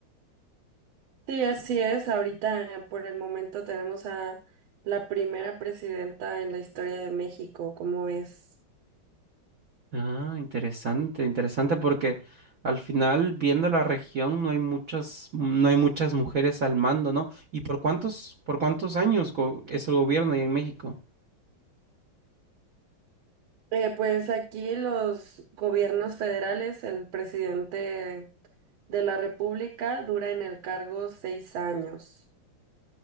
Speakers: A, on the right; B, on the right.
A: Sí, así es. Ahorita, eh, por el momento, tenemos a la primera presidenta en la historia de México, ¿cómo es?
B: Ah, interesante, interesante, porque al final, viendo la región, no hay muchas, no hay muchas mujeres al mando, ¿no? ¿Y por cuántos, por cuántos años go- es el gobierno ahí en México?
A: Eh, pues aquí los gobiernos federales, el presidente de la República dura en el cargo seis años.